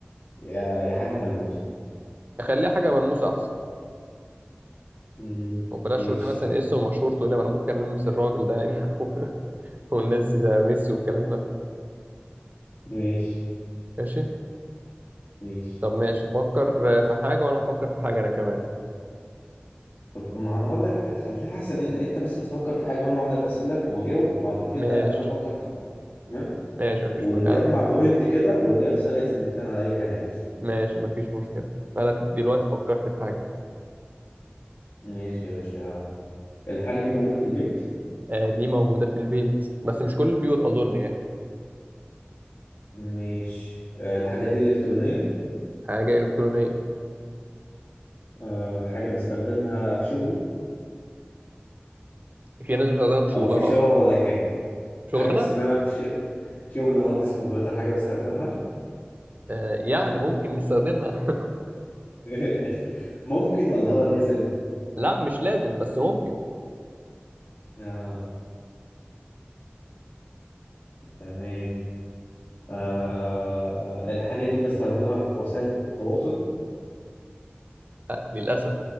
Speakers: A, on the left (about 70°); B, on the right (about 45°).
A: يا يا حاجة ملموسة
B: خليها حاجة ملموسة أحسن
A: مم.
B: وبلاش
A: ماشي
B: تقول لي مثلا اسم مشهور تقول لي ما أنا ممكن ألمس الراجل ده يعني <laughs> والناس دي زي ميسي والكلام ده
A: ماشي
B: ماشي
A: ماشي
B: طب ماشي فكر في حاجة وأنا هفكر في حاجة أنا كمان
A: طب ما انا هقول لك خليها احسن ان انت بس تفكر في حاجة وانا اقعد اسألك واجاوب وبعد كده
B: ماشي
A: انا افكر في تمام
B: ماشي مفيش
A: ونجمع
B: مش... آه،
A: بوينت كده واللي يخسر يعزم التاني على اي حاجة
B: ماشي مفيش مشكلة أنا دلوقتي فكرت في حاجة
A: ماشي يا باشا الحاجة دي موجودة في البيت
B: آه، دي موجودة في البيت بس مش كل البيوت أظن يعني
A: ماشي آه، الحاجة دي إلكترونية
B: حاجة إلكترونية
A: آه، حاجة بستخدمها في شغلي
B: في ناس بتستخدمها في شغلها
A: او في شغلك
B: أه
A: يعني
B: شغلنا
A: حاجة بتستخدمها في ش... شغل مهندس كمبيوتر حاجة بيستخدمها
B: آه، يعني ممكن نستخدمها
A: <laughs> ممكن ولا هو لازم
B: <laughs> لا مش لازم بس ممكن
A: آه تمام آه الحاجة دي بستخدمها في وسائل التواصل
B: آه، للأسف